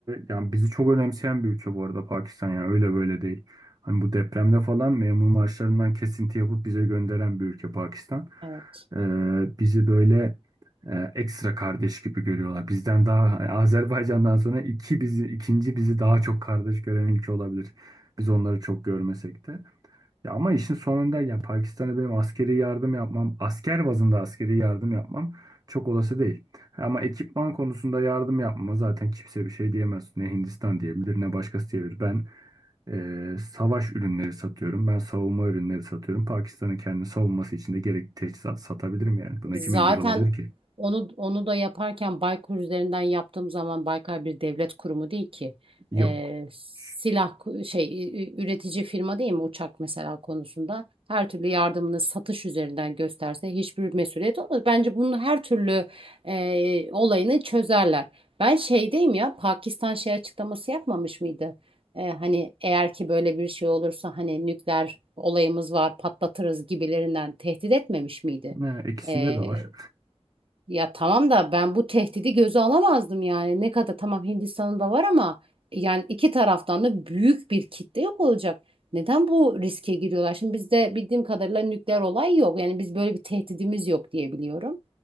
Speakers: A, on the right; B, on the right.
A: yani bizi çok önemseyen bir ülke bu arada Pakistan yani öyle böyle değil. Hani bu depremde falan memur maaşlarından kesinti yapıp bize gönderen bir ülke Pakistan.
B: Evet.
A: E, bizi böyle e, ekstra kardeş gibi görüyorlar. Bizden daha yani Azerbaycan'dan sonra iki bizi ikinci bizi daha çok kardeş gören ülke olabilir. Biz onları çok görmesek de. Ya ama işin sonunda ya Pakistan'a benim askeri yardım yapmam, asker bazında askeri yardım yapmam çok olası değil. Ama ekipman konusunda yardım yapmama zaten kimse bir şey diyemez. Ne Hindistan diyebilir ne başkası diyebilir. Ben eee, savaş ürünleri satıyorum. Ben savunma ürünleri satıyorum. Pakistan'ın kendi savunması için de gerekli teçhizat satabilirim yani. Buna
B: Zaten
A: kim engel olabilir ki?
B: onu onu da yaparken Baykar üzerinden yaptığım zaman Baykar bir devlet kurumu değil ki.
A: Yok.
B: Ee, silah
A: Ş-
B: ku- şey ü- ü- üretici firma değil mi uçak mesela konusunda? Her türlü yardımını satış üzerinden gösterse hiçbir mesuliyet olmaz. Bence bunun her türlü e, olayını çözerler. Ben şeydeyim ya Pakistan şey açıklaması yapmamış mıydı? Ee, hani eğer ki böyle bir şey olursa hani nükleer olayımız var patlatırız gibilerinden tehdit etmemiş miydi?
A: Ha, ikisinde
B: Ee,
A: de var.
B: ya tamam da ben bu tehdidi göze alamazdım yani. Ne kadar tamam Hindistan'ın da var ama yani iki taraftan da büyük bir kitle yok olacak. Neden bu riske giriyorlar? Şimdi bizde bildiğim kadarıyla nükleer olay yok. Yani biz böyle bir tehdidimiz yok diye biliyorum.